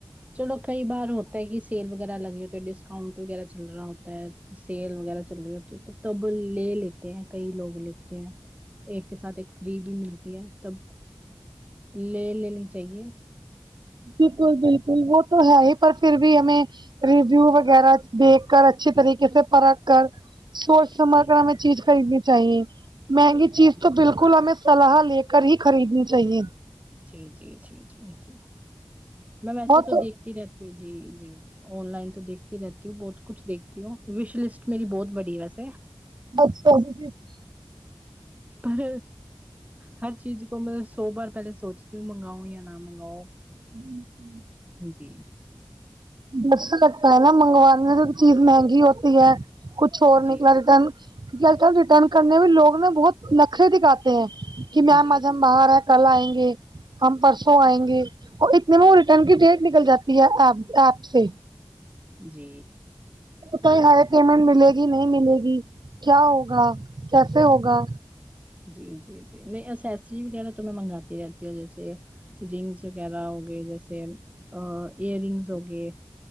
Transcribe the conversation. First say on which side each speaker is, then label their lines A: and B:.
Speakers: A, on the right (about 15°); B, on the right (about 60°).
A: چلو کئی بار ہوتا ہے کی سیل وغیرہ لگے ہوتے ہے ڈسکاؤنٹ وغیرہ چل رہا ہوتا ہے سیل وغیرہ چل رہی ہوتی ہے تو تب لے لیتے ہیں کئی لوگ لیتے ہیں ایک کے ساتھ ایک فری بھی ملتی ہے تب لے لینی چاہیے ہ
B: بالکل بالکل وہ تو ہے ہی پر فیر بھی ہمیں رجیو وغیرہ دیکھ کر اچھی طریقے سے پرکھ کر سوچ سمجھ
A: جی
B: کر ہمیں چیج خریدنی چاہیے مہنگی چیز
A: جی
B: تو
A: جی
B: بالکل ہمیں سلاح لے کر ہی خریدنی چاہیے
A: جی جی جی جی جی میں ویسے
B: بہت
A: تو
B: ہاں
A: دیکھتی رہتی ہوں جی جی جی آن لائن تو دیکھ تی رہتی ہوں بہت کچھ دکھتی ہوں وش لسٹ میری بہت بڑی ہے ویسے
B: <unintelligible>
A: پر ہر چیز کو مطلب سو بار پہلے سوچتی ہوں مگاؤ یا نہ منگاؤ
B: آمم ہمم
A: جی
B: ڈر سہ لگتا ہے نا منگوانے جو چیز مہنگی ہوتی ہے کچھ اور
A: جی
B: نکلا ریٹرن کیونکی آج کل ریٹرن کرنے میں لوگ نے بہت نخرے دکھاتے ہیں کی میم
A: جی
B: آج ہم باہر ہے کل آئیں گے ہم پرسوں
A: جی
B: آئیں
A: جی
B: گے اور اتنے میں ریٹرن کی ڈیٹ نکل جاتی ہے ایپ اپپ سے
A: جی
B: تو ہائی پیمنٹ ملے گی نہیں ملے گی کیا ہوگا کیسے ہوگا
A: جی جی جی جی نہیں اسسری وغیرہ تو میں منگاتی رہتی ہوں جیسے رنگس وغیرہ ہو گئے جیسے ایئر رنگس ہو گئے